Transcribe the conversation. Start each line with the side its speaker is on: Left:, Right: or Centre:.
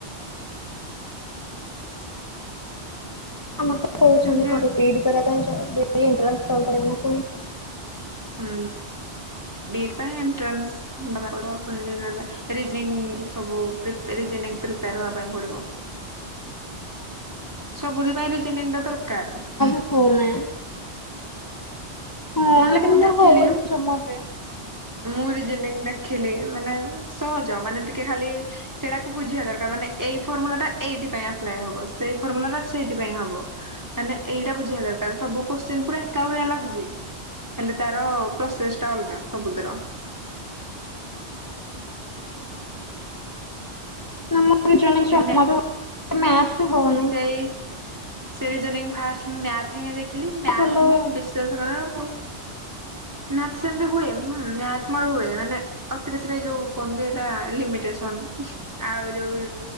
Left: ଆମର ତ କହୁଛନ୍ତି
Right: ସେମିତି
Left: ଘରେ ବିଇଡି କରିବା ପାଇଁ ଏଣ୍ଟାନ୍ସ ଦବାକୁ ପଡିବ ନା ପୁଣି
Right: ହୁଁ ବି ଇ ଡ଼ ପାଇଁ ଏଣ୍ଟ୍ରନ୍ସ ବା ପ ପୁଣିଲେଜନି ସବୁ ରିଜିନିଂ ସବୁ ପ୍ରେପେୟର ହବା ପାଇଁ ପଡିବ ସବୁଥି ପାଇଁ ରୀଜିନିଂ ଟା ଦରକାର
Left: ହଉନି ହଁ
Right: ମାନେ
Left: ହେଲେ
Right: ମୁଁ
Left: କିନ୍ତୁ
Right: ଦେଖିଲି
Left: ମୋର ହଉନି ଜମା ବି
Right: ମୁଁ ରିଯିନୀଙ୍ଗ ଦେଖିଲି ମାନେ ସହଜ ମାନେ ଟିକେ ଖାଲି ସେଇଟାକୁ ବୁଝିବା ଦରକାର ମାନେ ଏଇ ଫର୍ମୁଲା ଟା ଏଇଥିପାଇଁ ଆପ୍ଲାଏ ହବ ସେଇ ଫର୍ମୁଲାଟା ସେଇଥିପାଇଁ ହବ ମାନେ ଏଇଟା ବୁଝିବା ଦରକାର ସବୁ କୋଶ୍ଚିିନ ପୁରା ଏକା ଭଳିଆ ଲାଗୁଛି ହେଲେ ତାର ପ୍ରୋସେସ ଟା ଅଲଗା ସବୁଦ୍ର
Left: <unintelligible>
Right: ସେ
Left: ମ୍ୟାଥ ହଉନହିଁ
Right: ସେ ସେ ରେଗିଅନିଂ ଫାର୍ଷ୍ଟ ମୁଁ ମ୍ୟାଥ ହିଁ ଦେଖିଲି ମ୍ୟାଥ
Left: ଭଲ
Right: ମୁ ବିଶ୍ବାସ କର ମୁଁ ମ୍ୟାଥ ସେମିତି ହୁଏ ମୋର ହୁଏ ମାନେ ଅତି ବେଶୀରେ ଯୋଉ କୁହନ୍ତୁ ଏଇଟା ଲିମିଟେସନ ଆଉ ଯୋଉ